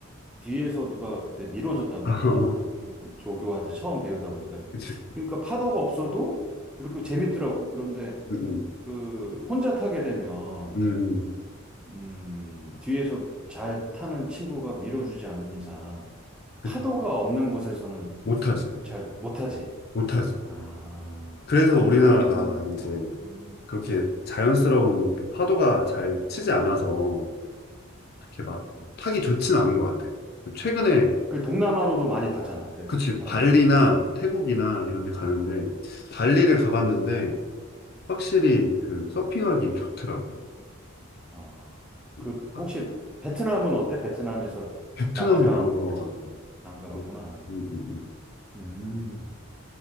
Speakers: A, in the centre; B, on the left.
A: 뒤에서 누가 그때 밀어줬단
B: <laughs>
A: 말이야. 조교한테 처음 배우다 보니까.
B: 그치.
A: 그러니까 파도가 없어도 이렇게 재밌더라고. 그런데
B: 음, 음,
A: 그 혼자 타게 되면,
B: 음.
A: 음, 뒤에서 잘 타는 친구가 밀어주지 않는 이상
B: 그-
A: 파도가 없는 곳에서는
B: 못하지,
A: 그 잘 못하지.
B: 못하지.
A: 아,
B: 그래서 우리나라가
A: 그러면
B: 이제
A: 음,
B: 그렇게 자연스러운 그 파도가 잘 치지 않아서 이렇게 막
A: 음.
B: 타기 좋진 않은 것 같아. 최근에
A: 그 동남아로도 많이 가잖아. 그래서
B: 그치,
A: 사람들이.
B: 발리나 태국이나 이런 데 가는데, 발리를 가봤는데, 확실히 그 서핑하기엔 좋더라고.
A: 아,
B: 예.
A: 그
B: 아,
A: 혹시 베트남은 어때? 베트남에서
B: 베트남은
A: 나트랑
B: 안 가봐가지고.
A: 안 가봤구나.
B: 예. 음, 음, 음.
A: 음,